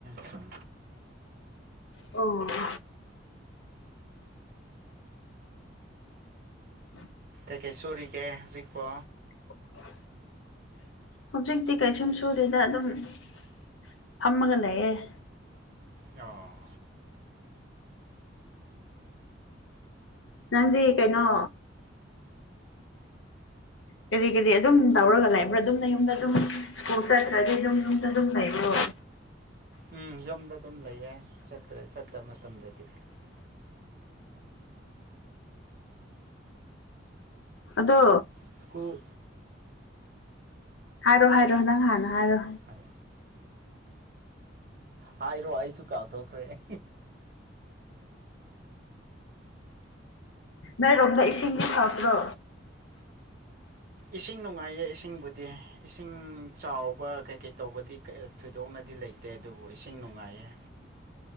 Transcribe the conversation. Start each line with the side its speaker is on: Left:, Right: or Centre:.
Right: ꯁꯨꯝ
Left: ꯑꯣ ꯎ
Right: ꯀꯩ ꯀꯩ ꯁꯨꯔꯤꯒꯦ ꯍꯧꯖꯤꯛꯄꯣ
Left: <inaudible> <inaudible> ꯍꯧꯖꯤꯛꯇꯤ ꯀꯩꯁꯨꯝ ꯁꯨꯗꯦꯗ ꯑꯗꯨꯝ ꯐꯝꯃꯒ ꯂꯩꯌꯦꯦ
Right: ꯑꯣ
Left: ꯅꯪꯗꯤ ꯀꯩꯅꯣ ꯀꯔꯤ ꯀꯔꯤ ꯑꯗꯨꯝ ꯇꯧꯔꯒ ꯂꯩꯕ꯭ꯔꯥ ꯑꯗꯨꯝꯅ ꯌꯨꯝꯗ ꯑꯗꯨꯝ ꯁ꯭ꯀꯨꯜ ꯆꯠꯇ꯭ꯔꯗꯤ ꯑꯗꯨꯝ ꯌꯨꯝꯗ ꯑꯗꯨꯝ ꯂꯩꯕ꯭ꯔꯣ
Right: ꯎꯝ ꯌꯨꯝꯗ ꯑꯗꯨꯝ ꯂꯩꯌꯦꯠꯇ ꯆꯠꯇ ꯃꯇꯝꯗꯗꯤ
Left: ꯑꯗꯣ
Right: ꯁ꯭ꯀꯨꯜ
Left: ꯍꯥꯏꯔꯣ ꯍꯥꯏꯔꯣ ꯅꯪ ꯍꯥꯟꯅ ꯍꯥꯏꯔꯣ
Right: ꯍꯥꯏ ꯍꯥꯏ ꯏꯔꯣ ꯑꯩꯁꯨ ꯀꯥꯎꯊꯣꯛꯈ꯭ꯔꯦ
Left: ꯅꯣꯏꯔꯣꯝꯗ ꯏꯁꯤꯡꯗꯤ ꯐꯗ꯭ꯔꯣ
Right: ꯏꯁꯤꯡ ꯅꯨꯡꯉꯥꯏꯌꯦ ꯏꯁꯤꯡꯕꯨꯗꯤ ꯏꯁꯤꯡ ꯆꯥꯎꯕ ꯀꯩꯀꯩ ꯇꯧꯕꯗꯤ ꯊꯣꯏꯗꯣꯛꯅꯗꯦ ꯗꯤ ꯂꯩꯇꯦ ꯑꯗꯨꯕꯨ ꯏꯁꯤꯡ ꯅꯨꯡꯉꯥꯏꯌꯦ